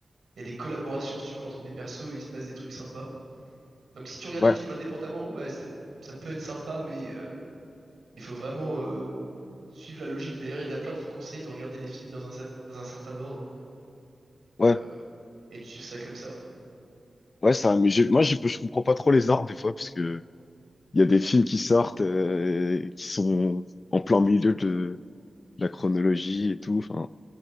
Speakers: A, on the right (about 75°); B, on the left (about 60°).
A: il y a des collaborations, si tu veux, entre des persos et il se passe des trucs sympas. Donc si tu regardes
B: ouais,
A: les films indépendamment, ouais, c'est- ça peut être sympa, mais euh, il faut vraiment euh, suivre la logique. D'ailleurs, il y en a plein qui conseillent de regarder les films dans un, cer- dans un certain ordre euh,
B: ouais,
A: et de suivre ça comme ça.
B: ouais, ça, mais je- moi, je, je comprends pas trop les ordres des fois, parce que il y a des films qui sortent, euh, qui sont en plein milieu de, de la chronologie et tout, enfin,